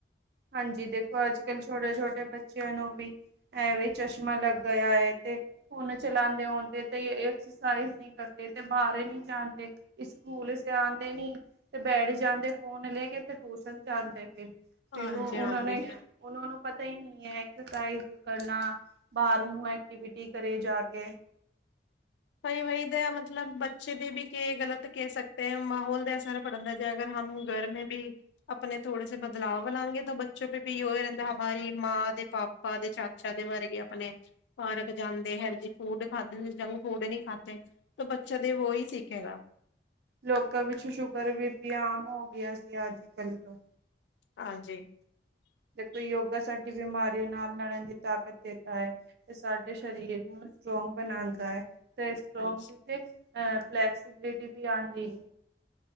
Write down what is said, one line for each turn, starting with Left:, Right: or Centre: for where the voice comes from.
Right: ਹਾਂਜੀ ਦੇਖੋ ਅੱਜ ਕੱਲ੍ਹ ਛੋਟੇ ਛੋਟੇ ਬੱਚਿਆਂ ਨੂੰ ਵੀ ਐਵੇਂ ਚਸ਼ਮਾ ਲੱਗ ਗਿਆ ਹੈ ਤੇ ਫੋਨ ਚਲਾਉਦੇ ਆਉਦੇ ਤੇ ਐਕਸਰਸਾਈਜ਼ ਨਹੀਂ ਕਰਦੇ ਤੇ ਬਾਹਰ ਨੀ ਜਾਦੇ ਸਕੂਲ ਸ ਆਉਂਦੇ ਨੀ ਤੇ ਬੈਠ ਜਾਂਦੇ ਫੋਨ ਲੈ ਕੇ ਤੇ ਟੋਸਣ ਜਾਂਦੇ ਫਿਰ ਫਰ
Left: ਹਾਂਜੀ,
Right: ਉਹ
Left: ਹਾਂਜੀ
Right: ਉਹਨਾਂ ਨੂੰ ਪਤਾ ਹੀ ਨਹੀਂ ਹੈ ਐਕਸਰਸਾਈਜ਼ ਕਰਨਾ ਬਾਹਰ ਨੂੰ ਐਕਟੀਵਿਟੀ ਕਰੇ ਜਾ ਕੇ
Left: ਭਾਈ ਵਹੀ ਦੇ ਮਤਲਬ ਬੱਚੇ ਦੇ ਵੀ ਗਲਤ ਕਹਿ ਸਕਦੇ ਹ ਮਾਹੌਲ ਦਾ ਅਸਰ ਪੜ੍ਹਨਦਾ ਜ ਅਗਰ ਹਮ ਘਰ ਮ ਵੀ ਆਪਣੇ ਥੋੜੇ ਸੇ ਬਦਲਾਵ ਲਾਂਗੇ ਤਾਂ ਬੱਚੋ ਪੇ ਵੀ ਹੀ ਰਹਿੰਦਾ ਹਮਾਰੀ ਮਾਂ ਦੇ ਪਾਪਾ ਦੇ ਚਾਚਾ ਦੇ ਵਰਗੇ ਆਪਣੇ ਪਾਰਕ ਜਾਂਦੇ ਹੈਲਦੀ ਫੂਡ ਖਾਦੇ ਜੰਕ ਫੂਡ ਨੀ ਖਾਧਦੇ ਤਾਂ ਬੱਚੇ ਦੇ ਵ ਹੀ ਸਿੱਖੇਗਾ
Right: ਲੋਕਾਂ ਵਿੱਚ ਸ਼ੂਗਰ ਵੀ ਬੀ ਆਮ ਹੋ ਗਿਆ ਸੀ ਅੱਜ ਕੱਲ ਤੋਂ
Left: ਹਾਂਜੀ,
Right: ਦੇਖੋ ਯੋਗਾ ਸਾਡੀ ਬਿਮਾਰੀ ਨਾਲ ਲੜਨ ਦੀ ਤਾਕਤ ਦੇਤਾ ਹੈ। ਤੇ ਸਾਡੇ ਸਰੀਰ ਨੂੰ ਸਟਰੋਂਗ ਬਣਾਂਦਾ ਹੈ। ਤੇ ਸਟਰੋਂਗ
Left: -ਹਾਂਜੀ।
Right: ਵੀ ਤੇ ਅ ਫਲੈਕਸੀਬਿਲਿਟੀ ਵੀ ਆਂਦੀ।